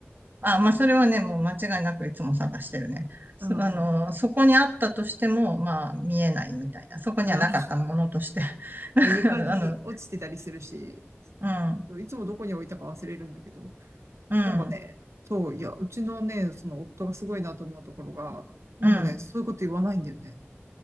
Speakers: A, on the right (about 45°); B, on the right (about 80°).
A: あ、まあ、それはね、もう間違いなくいつも探してるね。そ、
B: あー
A: あの、そこにあったとしても、まあ、見えないみたいな。そこにはなかったものとして。
B: あー、
A: <laughs> なんかあの、
B: まあ床に落ちてたりするし、
A: うん、
B: いつもどこに置いたか忘れるんだけど、
A: うん、
B: なんかね、そう、いや、うちのね、その夫がすごいなと思うところが、なんかね、
A: うん。
B: そういうこと言わないんだよね。